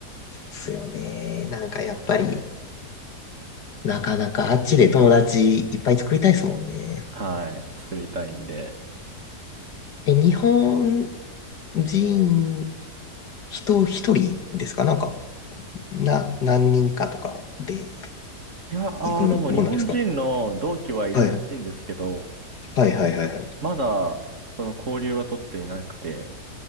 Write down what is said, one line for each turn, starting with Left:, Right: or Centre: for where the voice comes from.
Left: そうですよね。なんかやっぱり、なかなかあっちで友達いっぱい作りたいですもんね。
Right: はい。作りたいんで。
Left: え、日本人、人一人ですかなんか、な、何人かとかで
Right: いや、
Left: 行くもんなんですか
Right: あーでも日本人の同期はいるらしいんですけど、
Left: はい。はいはいはいはい。
Right: まだ、その交流は取っていなくて、